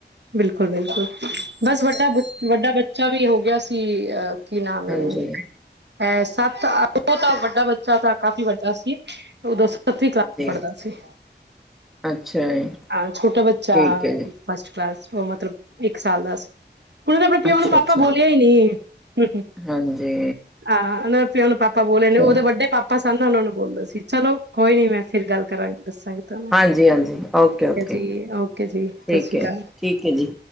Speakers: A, on the right; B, in the centre.
A: ਬਿਲਕੁਲ-ਬਿਲਕੁਲ ਬਸ ਵੱਡਾ ਬ ਵੱਡਾ ਬੱਚਾ ਵੀ ਹੋ ਗੇਆ ਸੀ, ਅ ਕੀ ਨਾਮ ਏ?
B: ਹਾਂਜੀ
A: ਐ ਸੱਤ-ਅੱਠ ਤੋ ਤਾ ਵੱਡਾ ਬੱਚਾ ਤਾਂ ਕਾਫ਼ੀ ਵੱਡਾ ਸੀ ਓਦੋਂ ਸੱਤਵੀਂ
B: ਹਾਂਜੀ
A: ਕਲਾਸ ਚ ਪੜ੍ਹਦਾ ਸੀ।
B: ਅੱਛਾ ਜੀ।
A: ਹਾਂ ਛੋਟਾ ਬੱਚਾ
B: ਠੀਕ ਹੈ ਜੀ
A: ਫਸਟ ਕਲਾਸ ਓ ਮਤਲਬ ਇੱਕ ਸਾਲ ਦਾ ਸੀ। ਕੁਨ ਤਾਂ ਪਿਓ
B: ਅੱਛਾ
A: ਨੂੰ ਪਾਪਾ
B: ਅੱਛਾ
A: ਬੋਲਿਆ ਹੀ ਨੀ ਹਮ
B: ਹਾਂਜੀ
A: ਹਾਂ, ਉਹਨਾਂ ਦਾ ਪਿਓਨੂੰ ਪਾਪਾ ਬੋਲੇ ਨੇ
B: ਚਲੋ
A: ਉਹਦੇ ਵੱਡੇ ਪਾਪਾ ਸਭ ਨੂੰ। ਉਹਨਾ ਨੂੰ ਬੋਲਦਾ ਸੀ ਚਲੋ ਕੋਈ ਨੀ, ਮੈਂ ਫਿਰ ਗੱਲ ਕਰਾਂਗੀ ਦੱਸਾਂਗੀ ਤੁਹਾਨੂੰ।
B: ਹਾਂਜੀ- ਹਾਂਜੀ, ਓਕੇ-
A: ਠੀਕ
B: ਓਕੇ,
A: ਹੈ ਜੀ ਓਕੇ ਜੀ ਸਤਿ
B: ਠੀਕ
A: ਸ਼੍ਰੀ
B: ਹੈ,
A: ਅਕਾਲ
B: ਠੀਕ ਹੈ ਜੀ।